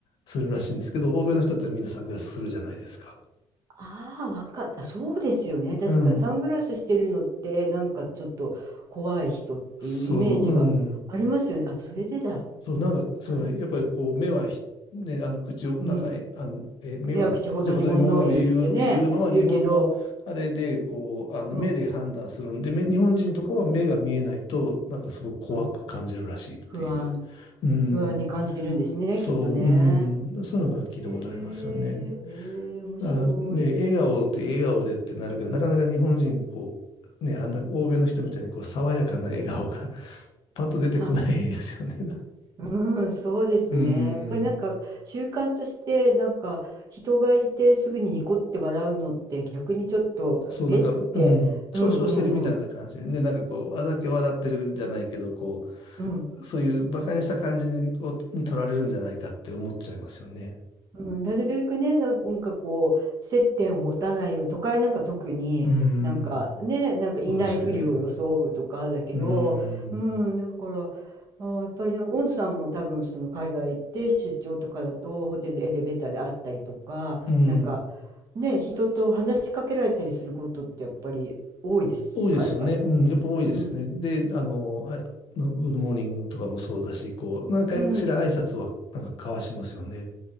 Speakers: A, on the left; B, on the right.
A: するらしいんですけど、欧米の人ってみんなサングラスするじゃないですか。
B: ああ、わかった。そうですよね。確かにサングラスしてるのって、
A: うん。
B: なんかちょっと怖い人っていうイメージがありますよね。
A: そう、うん。
B: あ、それでだ。
A: そう、なんか、そう、
B: なん、
A: やっぱりこう、目はひ、ね、あの、口を、なんか、
B: うん。
A: え、あの、え、目は口ほどにものを言うっていうのは、
B: 目は口ほどに物を言うってね、言うけど、
A: 日本のあれで、こう、あの、
B: うん、
A: 目で判断するんで、目日本人とかは目が見えないと、なんかすごく怖く感じるらしいっていう。
B: うん。不安、
A: うん、
B: 不安に感じるんですね、
A: そう、
B: きっとね。
A: うん、そういうのなんか聞いたことありますよね。
B: へえ、ええ、面白い。
A: あ、ね、笑顔で笑顔でってなるけど、なかなか日本人、こう、ね、あんな欧米の人みたいに、こう、爽やかな笑顔が <laughs> パッと出てこないですよね。
B: はい。
A: <laughs>
B: うん、そうですね。
A: うん。
B: やっぱりなんか習慣としてなんか人がいてすぐにニコって笑うのって逆にちょっと、
A: そう、
B: えって、
A: なんか、うん、嘲笑してるみたいな感じでね、
B: うんうんうん、
A: なんかこう、あざけ笑ってるじゃないけど、こ
B: うん。
A: う、そういう馬鹿にした感じに、をに取られるんじゃないかって思っちゃいますよね。
B: うん、なるべくね、ななんかこう、接点を持たないように、都会なんか特になんかね、
A: うーん。
B: なんかいないふりを装うとかだけど、
A: そうですよね。うーん、
B: うん、だから、あー、やっぱりなんか、大野さんも多分その海外行って出張とかだと、ホテルでエレベーターで会ったりとか、
A: うん、
B: なんかね、人と話しかけられたりすることってやっぱり多いですか、
A: そ多いですよね。
B: やっぱり。
A: うん、やっぱ多いですよね。
B: うん、
A: で、あの、あ、あのグッドモーニングとかもそうだし、こう、何回かしら挨拶はなんか交わしますよね。
B: うん、